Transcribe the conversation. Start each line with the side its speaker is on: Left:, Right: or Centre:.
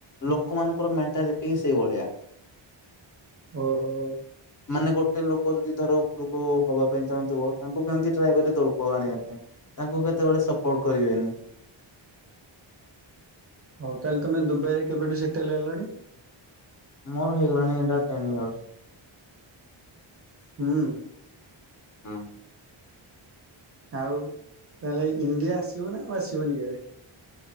Left: ଲୋକମାନଙ୍କର ମେଣ୍ଟାଲିଟି ସେଇଭଳିଆ
Right: ଓହୋ।
Left: ମାନେ ଗୋଟେ ଲୋକ ଯଦି ଧର ଉପରକୁ ହବା ପାଇଁ ଚାହୁଁଥିବ ତାଙ୍କୁ କେମିତି ଟ୍ରାଏ କରିବେ ତଳକୁ କୁ ଆଣିବା ପାଇଁ ତାଙ୍କୁ କେତେବେଳେ ସପୋର୍ଟ କରିବେନି।
Right: ହଉ ତାହଲେ ତମେ ଦୁବାଇରେ କେବେଠୁ ସେଟେଲ ହେଲଣି।
Left: ମୋର ହେଇଗଲାଣି ଟେନ୍ ଇୟର୍ସ।
Right: ହୁଁ।
Left: ହୁଁ।
Right: ଆଉ ତାହେଲେ ଇଣ୍ଡିଆ ଆସିବ ନା ଆଉ ଆସିବନି କେବେ?